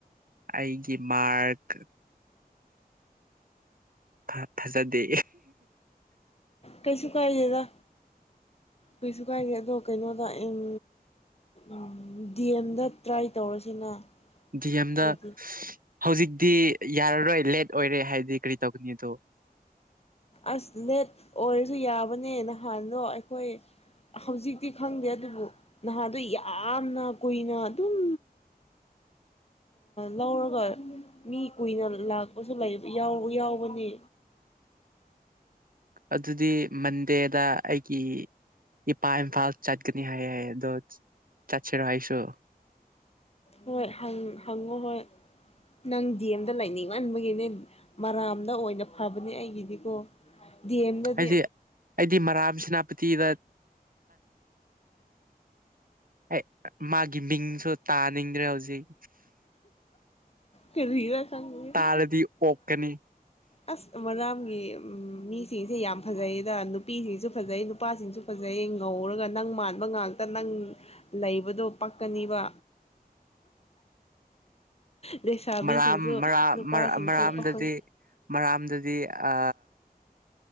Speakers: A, on the right (about 65°); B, on the left (about 40°).
A: ꯑꯩꯒꯤ ꯃꯥꯔꯛ ꯐ-ꯐꯖꯗꯦ
B: ꯀꯩꯁꯨ ꯀꯥꯏꯗꯦꯗ ꯀꯩꯁꯨ ꯀꯥꯏꯗꯦ ꯑꯗꯣ ꯀꯩꯅꯣꯗ ꯎꯝ ꯎꯝ ꯗꯤ ꯑꯦꯝꯗ ꯇ꯭ꯔꯥꯏ ꯇꯧꯔꯁꯤꯅ
A: ꯗꯤ ꯑꯦꯝꯗ
B: ꯑꯗꯨꯗꯤ
A: ꯍꯧꯖꯤꯛꯗꯤ ꯌꯥꯔꯔꯣꯏ ꯂꯦꯠ ꯑꯣꯏꯔꯦ ꯍꯥꯏꯗꯤ ꯀꯔꯤ ꯇꯧꯒꯅꯤ ꯑꯗꯣ
B: ꯑꯁ ꯂꯦꯠ ꯑꯣꯏꯔꯁꯨ ꯌꯥꯕꯅꯦ ꯅꯍꯥꯟꯗꯣ ꯑꯩꯈꯣꯏ ꯍꯧꯖꯤꯛꯇꯤ ꯈꯪꯗꯦ ꯑꯗꯨꯕꯨ ꯅꯍꯥꯗꯣ ꯌꯥꯝꯅ ꯀꯨꯏꯅ ꯑꯗꯨꯝ ꯂꯧꯔꯒ ꯃꯤ ꯀꯨꯏꯅ ꯂꯥꯛꯄꯁꯨ ꯂꯩ ꯌꯥꯎꯕꯅꯦ
A: ꯑꯗꯨꯗꯤ ꯃꯟꯗꯦꯗ ꯑꯩꯒꯤ ꯏꯄꯥ ꯏꯝꯐꯥꯜ ꯆꯠꯀꯅꯤ ꯍꯥꯏ ꯑꯗꯣ ꯆꯠꯁꯤꯔꯣ ꯑꯩꯁꯨ
B: ꯍꯣꯏ ꯍꯪ ꯍꯪꯉꯣ ꯍꯣꯏ ꯅꯪ ꯗꯤ ꯑꯦꯝꯗ ꯂꯩꯅꯤꯡꯃꯥꯟꯕꯒꯤꯅꯦ ꯃꯔꯥꯝꯗ ꯑꯣꯏꯅ ꯐꯕꯅꯦ ꯑꯩꯒꯤꯗꯤꯀꯣ ꯗꯤ ꯑꯦꯝ ꯗꯗꯤ
A: ꯍꯥꯏꯗꯤ ꯑꯩꯗꯤ ꯃꯔꯥꯝ ꯁꯦꯅꯥꯄꯇꯤꯗ ꯑꯦ ꯃꯥꯒꯤ ꯃꯤꯡꯁꯨ ꯇꯥꯅꯤꯡꯗ꯭ꯔꯦ ꯍꯧꯖꯤꯛ
B: ꯀꯔꯤꯔ ꯈꯪꯗꯦ
A: ꯇꯥꯔꯗꯤ ꯑꯣꯛꯀꯅꯤ
B: ꯑꯁ ꯃꯔꯝꯒꯤ ꯃꯤꯁꯤꯡꯁꯦ ꯌꯥꯝ ꯐꯖꯩꯌꯦꯗ ꯅꯨꯄꯤꯁꯤꯡꯁꯨ ꯐꯖꯩ ꯅꯨꯄꯥꯁꯤꯡꯁꯨ ꯐꯖꯩꯌꯦ ꯉꯧꯔꯒ ꯅꯪ ꯃꯥꯟꯕ ꯉꯥꯛꯇ ꯅꯪ ꯂꯩꯕꯗꯣ ꯄꯥꯛꯀꯅꯤꯕ ꯂꯩꯁꯥꯕꯤꯁꯤꯡꯁꯨ
A: ꯃꯔꯥꯝ ꯃꯔꯥꯝ
B: ꯅꯨꯄꯥꯁꯤꯡꯁꯨ
A: ꯃꯔ ꯃꯔꯥꯝꯗꯗꯤ
B: ꯄꯥꯈꯪ
A: ꯃꯔꯥꯝꯗꯗꯤ ꯑ